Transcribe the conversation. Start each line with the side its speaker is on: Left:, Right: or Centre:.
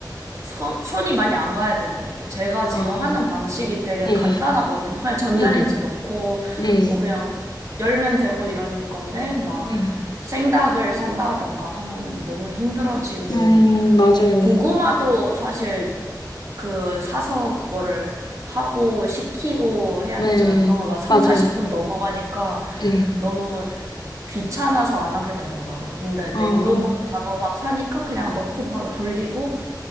Right: 손, 손이 많이 안 가야 되는 것 같아요. 제가 지금
Left: 아,
Right: 하는 방식이 되게
Left: 네.
Right: 간단하거든요. 그냥 전자레인지
Left: 네네.
Right: 넣고,
Left: 네.
Right: 뭐 그냥 열면 되고 이런 건데, 막
Left: 네.
Right: 생닭을 산다던가 하면은 너무 힘들어지고,
Left: 음, 맞아요.
Right: 고구마도 사실 그 사서 그거를 하고 식히고 해야
Left: 네.
Right: 되잖아요. 그러면 막 3,
Left: 맞아요.
Right: 40분 넘어가니까
Left: 네.
Right: 너무 귀찮아서 안 하게 되더라고요. 근데
Left: 아,
Right: 냉동으로 단호박 사니까 그냥 넣고 바로 돌리고